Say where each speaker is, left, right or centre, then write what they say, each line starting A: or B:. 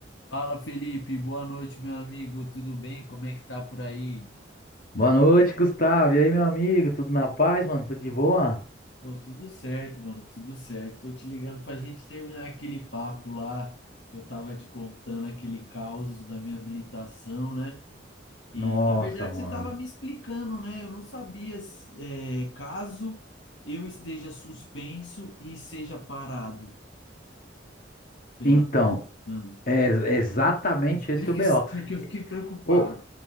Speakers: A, on the left (about 80°); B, on the left (about 50°).
A: Fala Felipe, boa noite meu amigo, tudo bem? Como é que tá por aí?
B: Boa noite, Gustavo. E aí, meu amigo? Tudo na paz, mano? Tudo de boa?
A: Pô, tudo certo, mano, tudo certo. Tô te ligando pra gente terminar aquele papo lá que eu tava te contando, aquele caos da minha habilitação, né? E
B: Nossa,
A: na verdade
B: mano.
A: você tava me explicando, né? Eu não sabia se- é, caso eu esteja suspenso e seja parado pela.
B: Então,
A: Hum.
B: é exatamente
A: Explica
B: esse o B.
A: isso porque eu fiquei
B: E-
A: preocupado.
B: o- Ô,